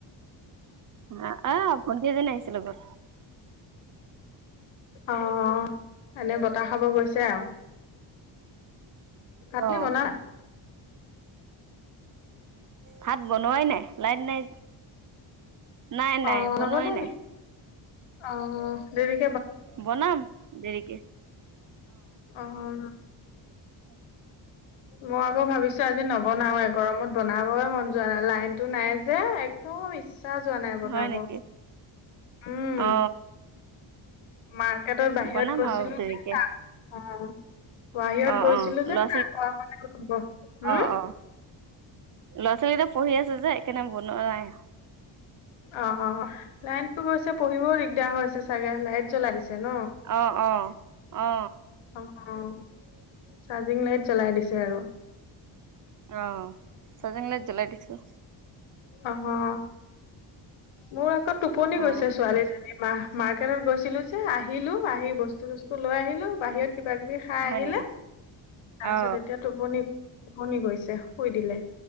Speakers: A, on the right; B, on the left.
A: আ, অ', ভণ্টি এজনী আহিছে লগত।
B: অ', এনে বতাহ খাব গৈছে আৰু। ভাত
A: অ
B: কি বনা
A: ভাত বনোৱাই নাই লাইট নাই নাই নাই
B: অ
A: বনোৱাই
B: নবনাই নি
A: নাই।
B: অ', দেৰি
A: বনাম দেৰিকে
B: অ'।
A: <inaudible>
B: মই আকৌ ভাবিছোঁ আজি নবনাও এ গৰম বনাবই মন যোৱা নাই লাইনতো নাই যে একো ইচ চাহ যোৱা নাই বনাব
A: হয় নেকি
B: উম
A: অ
B: মাৰ্কেটত বাহিৰত
A: বনাম
B: গৈছিলো
A: আৰু দেৰিকে
B: যে তা অ'। বাহিৰত
A: অ',
B: গৈছিলো
A: অ',
B: যে
A: লৰা
B: তাৰ পৰা মানে ব- হম,
A: অ', অ'। ল'ৰা ছোৱালীকেইটা পঢ়ি আছে যে এইকাৰণে বনোৱা নাই।
B: অ', অ', লাইনতো গৈছে পঢ়িবও দিগদাৰ হৈছে চাগে লাইট জ্বলাই দিছে ন?
A: অ', অ'। অ
B: অ', অ', চাৰ্জিং লাইট জ্বলাই দিছে আৰু।
A: অ', অ', চাৰ্জিং লাইট জ্বলাই দিছো।
B: অ', মোৰ আকৌ টোপনি
A: অ
B: গৈছে ছোৱালীজনী মা মাৰ্কেটত গৈছিলো যে আহিলো আহি বস্তু চস্তু লৈ আহিলো বাহিৰত কিবা কিবি খাই
A: হয়
B: আহিলে
A: নেকি
B: তাৰপিছত
A: অ
B: এতিয়া টোপনি টোপনি গৈছে শুই দিলে।